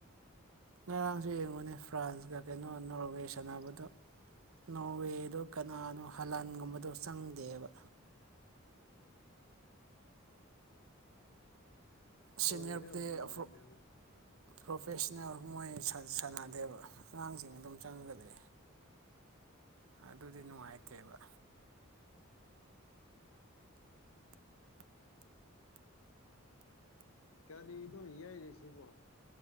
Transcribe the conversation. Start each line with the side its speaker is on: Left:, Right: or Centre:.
Right: ꯉꯔꯥꯡꯁꯨ ꯌꯦꯡꯕꯨꯅꯦ ꯐ꯭ꯔꯥꯟꯁꯀ ꯀꯩꯅꯣ ꯅꯣꯔꯋꯦ ꯁꯥꯟꯅꯕꯗꯣ ꯅꯣꯋꯦꯗꯨ ꯀꯅꯥꯅꯣ ꯍꯂꯟꯒꯨꯝꯕꯗꯣ ꯆꯪꯗꯦꯕ ꯁꯤꯅꯤꯌꯔ
Left: ꯑꯣꯏꯔꯝꯃꯅꯤ
Right: ꯄ꯭ꯂꯦ ꯑꯐ꯭ꯔꯣ ꯄ꯭ꯔꯣꯐꯦꯁꯅꯦꯜ ꯃꯣꯏ ꯁꯥꯟ ꯁꯥꯟꯅꯗꯦꯕ ꯑꯉꯥꯡꯁꯤꯡ ꯑꯗꯨꯝ ꯆꯪꯒꯗꯦ ꯑꯗꯨꯗꯤ ꯅꯨꯡꯉꯥꯏꯇꯦꯕ
Left: ꯀꯔꯤꯅꯣ ꯌꯩꯔꯤꯁꯤꯕꯣ